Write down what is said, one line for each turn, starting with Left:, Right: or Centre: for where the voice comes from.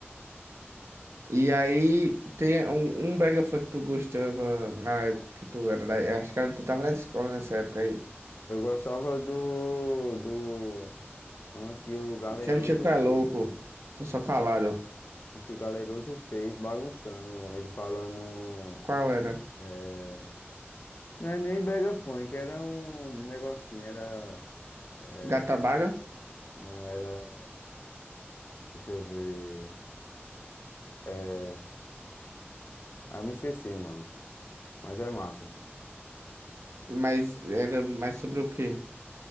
Right: E aí tem um, um brega funk que tu gostava na época que tu era da, eh, acho que era- tu tava na escola nessa época aí.
Left: Eu gostava do, do uma que o Galeroso
Right: Sempre tinha que é
Left: fez.
Right: louco, tô
Left: Uma
Right: só
Left: que
Right: calado.
Left: o Galero- uma que o Galeroso fez bagunçando. Ele falando.
Right: Qual era?
Left: é, Não é nem brega funk, era um negocinho, era. é,
Right: Gata Baga?
Left: Não, era. Deixa eu ver. É... Ah, eu me esqueci, mano. Mas é massa.
Right: Mas era mais sobre o quê?